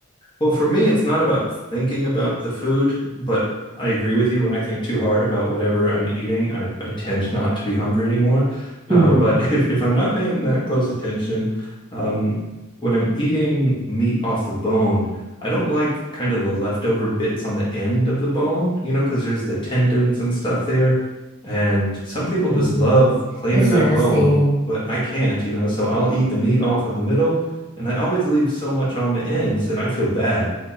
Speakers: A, on the left; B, on the right.
A: Well, for me, it's not about thinking about the food, but I agree with you. When I think too hard about whatever I'm eating, I, I tend not to be hungry anymore. Uh,
B: hmm
A: <laughs> but if, if I'm not paying that close attention, um, when I'm eating meat off the bone, I don't like kind of the leftover bits on the end of the bone, you know, because there's the tendons and stuff there. And some people just
B: hmm
A: love cleaning
B: That's
A: that
B: nasty.
A: bone, but I can't, you know, so I'll eat the meat off of the middle And I always leave so much on the ends and I feel bad.